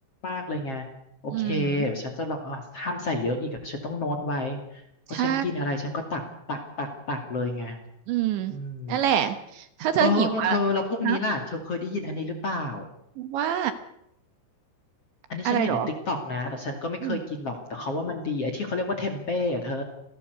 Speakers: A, on the left; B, on the right.
A: มากเลยไงโอเคเดี๋ยวฉันจะลองเอ่อห้ามใส่เยอะอีกอะฉันต้องโน้ตไว้
B: อืม
A: เพราะฉันกินอะไรฉันก็ตักตักตักตักเลยไง
B: ใช่อืม
A: อืม
B: นั่นแหละถ้าเธอหิวอะ
A: เออเธอแล้วพวกนี้ล่ะเธอเคยได้ยินอันนี้หรือเปล่า
B: นะว่า
A: อันนี้ฉันเห็นในติ๊กต็อกนะ
B: อะไรเหรอ
A: แต่ฉันก็ไม่เคยกินหรอกแต่เขาว่ามันดีไอ้ที่เขาเรียกว่าเทมเป้อะเธอ
B: อืม